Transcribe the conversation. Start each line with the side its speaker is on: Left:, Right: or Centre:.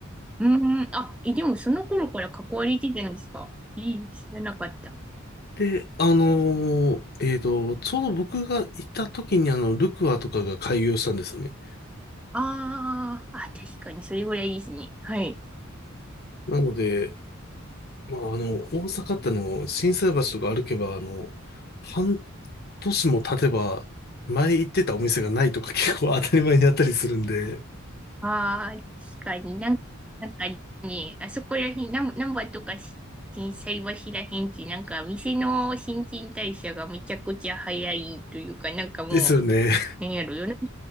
Centre: うーん、あ、え、でもその頃から関われてたんですかいい、知らなかった。
Left: で、あのーえっと、ちょうど僕が行った時にあの、ルクアとかが開業したんですよね。
Centre: ああ、あ、確かにそれぐらいですね。はい。
Left: なので、まあ、あの、大阪ってあの、心斎橋とか歩けば、あの、半年も経てば、前行ってたお店がないとか結構当たり前にあったりするんで、
Centre: ああ、確かになんか、なんかね、あそこら辺、なん、なんばとか震災橋ら辺って、なんか店の新陳代謝がめちゃくちゃ早いというか、なんかも
Left: ですよね。
Centre: う、なんやろ、世の中、